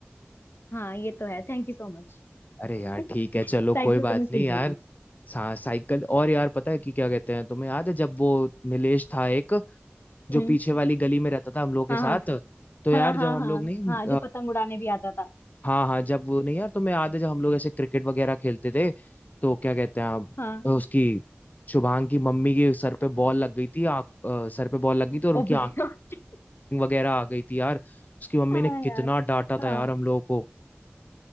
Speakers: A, on the left (about 65°); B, on the left (about 40°).
A: हाँ ये तो है thank you so much <laughs>
B: अरे यार ठीक है चलो
A: Cycle
B: कोई बात
A: तो मैं सीख
B: नहीं यार
A: गई थी
B: सा, साइकिल और यार पता है कि क्या कहते हैं तुम्हें याद है जब वो नीलेश था एक जो
A: हम्म
B: पीछे वाली गली में रहता था हम लोग के
A: हाँ
B: साथ
A: हाँ
B: तो यार
A: हाँ हाँ
B: जब हम
A: हाँ
B: लोग नहीं
A: हाँ जो पतंग उड़ाने भी आता था
B: हाँ हाँ जब वो नहीं यार तुम्हें याद है जब हम लोग ऐसे क्रिकेट वगैरह खेलते थे तो क्या कहते हैं आप
A: हाँ
B: उसकी शुभांग की मम्मी के सर पे बॉल लग गई थी आँख अ, सर पे बॉल लग गई थी और
A: ओ
B: उनकी
A: भाई,
B: आँख
A: <laughs>
B: वगैरह आ गई थी यार उसकी मम्मी
A: हाँ
B: ने कितना
A: यार
B: डांटा
A: हाँ
B: था यार हम लोगों को